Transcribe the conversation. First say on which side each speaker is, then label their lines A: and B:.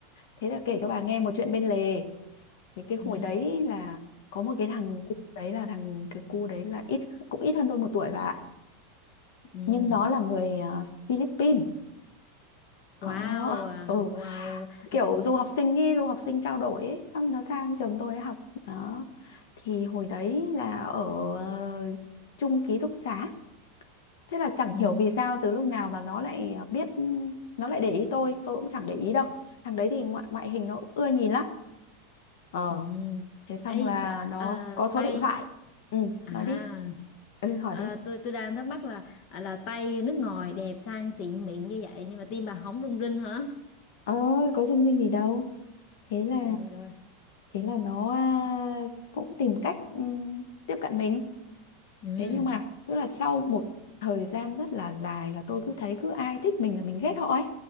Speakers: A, on the left; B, on the left.
A: Thế là kể cho bà nghe một chuyện bên lề. Thì cái hồi
B: ừ
A: đấy là có một cái thằng cu đấy là thằng cái cu đấy là ít cũng ít hơn tôi một tuổi bà ạ.
B: ừ
A: Nhưng nó là người ờ, Philippines Ờ,
B: wow à,
A: ừ.
B: wow
A: Kiểu
B: Người-
A: du học sinh ý, du học sinh trao đổi ấy, xong nó sang trường tôi ấy học đó. Thì hồi đấy là ở ờ, chung ký túc xá. Thế là chẳng
B: ừ
A: hiểu vì sao từ lúc nào mà nó lại biết nó lại để ý tôi, tôi cũng chẳng để ý đâu. Thằng đấy thì ngoại ngoại hình nó cũng ưa nhìn lắm. Ờ,
B: ừ
A: thế xong
B: ê
A: là nó
B: à,
A: có số
B: Tây
A: điện thoại. Ừ,
B: à,
A: nói đi. Ừ, hỏi
B: à
A: đi.
B: tôi tôi đang thắc mắc là là Tây nước ngoài đẹp sang xịn mịn như vậy nhưng mà tim bà không rung rinh hả
A: Ờ, có dung dinh gì đâu. thế là
B: rồi rồi
A: thế là nó à, cũng tìm cách ừm, tiếp cận mình
B: ừ
A: thế nhưng mà tức là sau một thời gian rất là dài là tôi cứ thấy cứ ai thích mình là mình ghét họ ấy